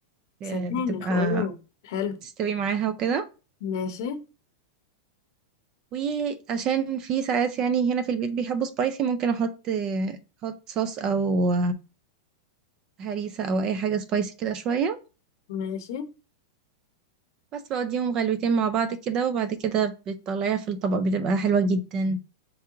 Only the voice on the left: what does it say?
سبانخ
اوه حلو
ماشي
ماشي